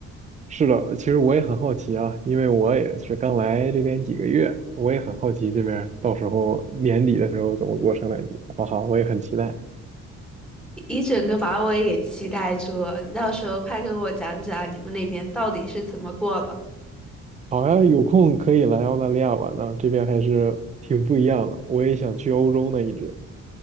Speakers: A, on the right; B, in the centre.
A: 是的，其实我也很好奇啊，因为我也是刚来这边几个月，我也很好奇这边到时候年底的时候怎么过圣诞节。哈哈，我也很期待。
B: 一整个把我也给期待住了。你到时候快跟我讲讲你们那边到底是怎么过的？
A: 好呀，有空可以来澳大利亚玩呢，这边还是挺不一样的。我也想去欧洲呢，一直。